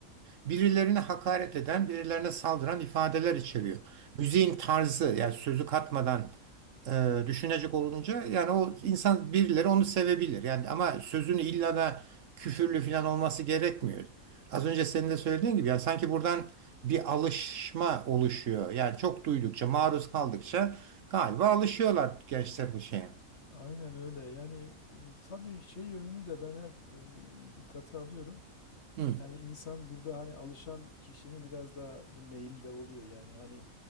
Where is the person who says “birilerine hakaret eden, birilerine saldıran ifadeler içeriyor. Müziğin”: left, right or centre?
Right